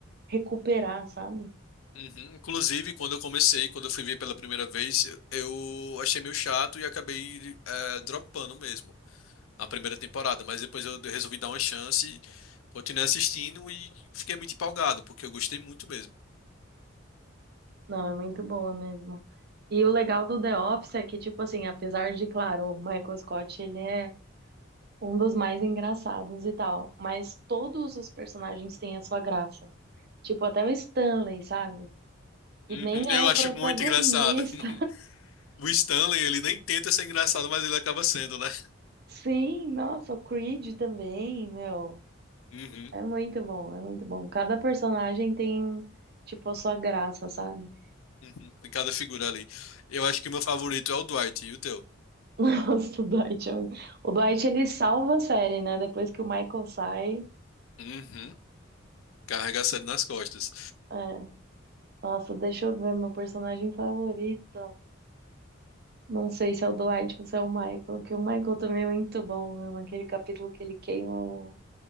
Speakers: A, on the right; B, on the left.
A: recuperar, sabe?
B: Uhum. Inclusive, quando eu comecei, quando eu fui ver pela primeira vez, eu eu achei meio chato e acabei é, dropando mesmo na primeira temporada, mas depois eu resolvi dar uma chance, continuei assistindo e fiquei muito empolgado, porque eu gostei muito mesmo.
A: Não, é muito boa mesmo. E o legal do The Office é que, tipo assim, apesar de, claro, o Michael Scott, ele é um dos mais engraçados e tal, mas todos os personagens têm a sua graça. Tipo, até o Stanley, sabe? Que
B: Uhum,
A: nem
B: eu
A: é
B: acho
A: protagonista.
B: muito engraçado. <laughs> O Stanley, ele nem tenta ser engraçado, mas ele acaba sendo, né?
A: Sim, nossa, o Creed também, meu.
B: Uhum.
A: É muito bom, é muito bom. Cada personagem tem, tipo, a sua graça, sabe?
B: Uhum, Em cada figura ali. Eu acho que o meu favorito é o Dwight e o teu.
A: <laughs> Nossa, o Dwight, é um- o Dwight, ele salva a série, né? Depois que o Michael sai.
B: Uhum. Carrega a série nas costas.
A: é. Nossa, deixa eu ver, meu personagem favorito. Não sei se é o Dwight ou se é o Michael, que o Michael também é muito bom, né? Naquele capítulo que ele queima o,